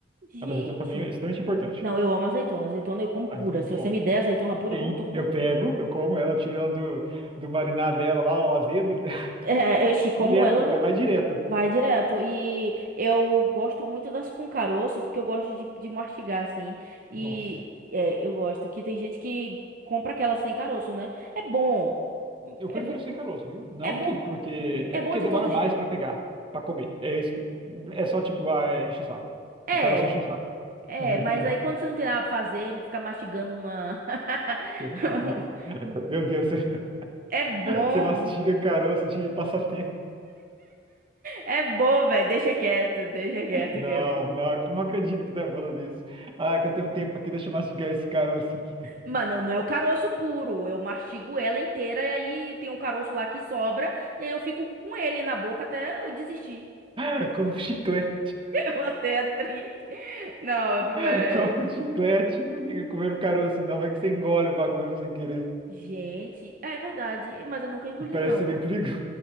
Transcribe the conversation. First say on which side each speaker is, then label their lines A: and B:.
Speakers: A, on the right; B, on the right.
A: gente.
B: A azeitona pra mim é extremamente importante.
A: Não, eu amo azeitona. Azeitona eu como
B: A
A: pura.
B: azeitona é muito
A: Se você
B: bom.
A: me der azeitona pura,
B: Sim,
A: eu como tô comendo
B: eu
A: ela
B: pego,
A: pura.
B: eu como ela, eu tiro ela do, do marinar dela lá, o azedo, <laughs>
A: É, eu como
B: direto,
A: ela
B: vai, vai direto.
A: Vai direto. E eu gosto muito das com caroço, porque eu gosto de, de mastigar, assim. E
B: Nossa.
A: é, eu gosto que tem gente que compra aquelas sem caroço, né? É bom.
B: Eu
A: É,
B: prefiro
A: bo
B: sem caroço, viu? Não
A: é bom.
B: que porque é
A: É
B: porque
A: bom de
B: demora
A: todo
B: mais
A: jeito.
B: pra pegar, pra comer. É isso que- é só tipo, ah, é enche o saco.
A: É,
B: O caroço enche o saco,
A: é,
B: na minha
A: mas
B: opinião.
A: aí quando você não tem nada pra fazer, ficar mastigando uma. <laughs>
B: Eu não fico. mal. Meu Deus, você, <laughs>
A: É bom.
B: você mastiga caroço de passatempo.
A: É bom, velho. Deixa quieto, deixa quieto
B: Não,
A: que é bom.
B: não, não acredito que você tá me falando isso. Ah, é que eu tenho um tempo aqui, deixa eu mastigar esse caroço aqui. <laughs>
A: Mano, não é o caroço puro. Eu mastigo ela inteira e aí tem um caroço lá que sobra e aí eu fico com ele na boca até eu desistir.
B: Ah, Como chiclete.
A: <laughs> Você é triste. Não,
B: <laughs>
A: não é.
B: Como chiclete. Não fica comendo caroço, não. Vai que você engole o bagulho sem querer.
A: Gente, é verdade, mas eu nunca engoli
B: E parece
A: não.
B: ser meio perigoso.